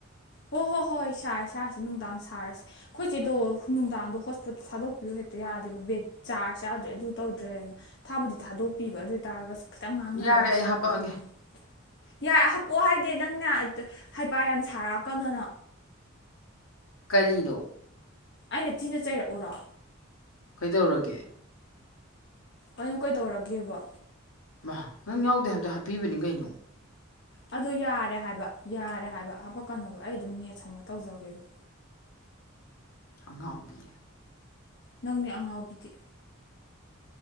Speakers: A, on the left; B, on the left.
A: ꯍꯣꯏ ꯍꯣꯏ ꯍꯣꯏ ꯍꯣꯏ ꯁꯥꯔꯦ ꯁꯥꯔꯁꯦ ꯅꯨꯡꯗꯥꯡ ꯁꯥꯔꯁꯦ ꯑꯩꯈꯣꯏꯁꯦꯗꯣ ꯅꯨꯡꯗꯥꯡꯗꯣ ꯍꯣꯁꯄꯤꯠꯇ ꯊꯥꯗꯣꯛꯄꯤꯌꯨ ꯍꯦꯛꯇ ꯌꯥꯗꯦꯕ ꯕꯦꯠ ꯆꯥꯔꯖ ꯌꯥꯗ꯭ꯔꯦ ꯑꯗꯨ ꯇꯧꯗ꯭ꯔꯦꯅ ꯊꯥꯕꯨꯗꯤ ꯊꯥꯗꯣꯛꯄꯤꯕ ꯑꯗꯨ ꯑꯣꯏ ꯇꯥꯔꯒꯁꯨ ꯈꯤꯇꯪ ꯉꯥꯡꯅꯕ
B: ꯌꯥꯔꯦ
A: ꯑꯃ
B: ꯑꯩ
A: ꯆꯪꯕ
B: ꯍꯥꯄꯛꯑꯒꯦ
A: ꯑꯗꯨꯒꯤꯅꯤ ꯌꯥꯔꯦ ꯑꯣ ꯍꯥꯏꯗꯤ ꯅꯪꯅ ꯍꯥꯏꯄꯥꯠ ꯌꯥꯝ ꯁꯥꯔꯛꯀꯅꯣꯅ
B: ꯀꯔꯤꯅꯣ
A: ꯑꯩꯅ ꯊꯤꯅ ꯆꯩꯔꯛꯎꯔꯣ
B: ꯀꯩꯗꯧꯔꯒꯦ
A: ꯀꯩꯅꯣ ꯀꯩꯗꯧꯔꯒꯦꯕ
B: ꯃꯥ ꯅꯪ ꯌꯥꯎꯗꯦ ꯍꯥꯏꯕꯗꯣ ꯍꯥꯞꯄꯤꯕꯅꯤ ꯀꯩꯅꯣ
A: ꯑꯗꯨ ꯌꯥꯔꯦ ꯍꯥꯏꯕ ꯌꯥꯔꯦ ꯍꯥꯏꯕ ꯍꯥꯄꯛꯀꯅꯣꯕ ꯑꯩ ꯑꯗꯨꯝ ꯅꯦꯠ ꯁꯃ ꯇꯧꯖꯒꯦꯕ
B: ꯑꯉꯥꯎꯕꯤ
A: ꯅꯪꯅꯦ ꯑꯉꯥꯎꯕꯤꯗꯤ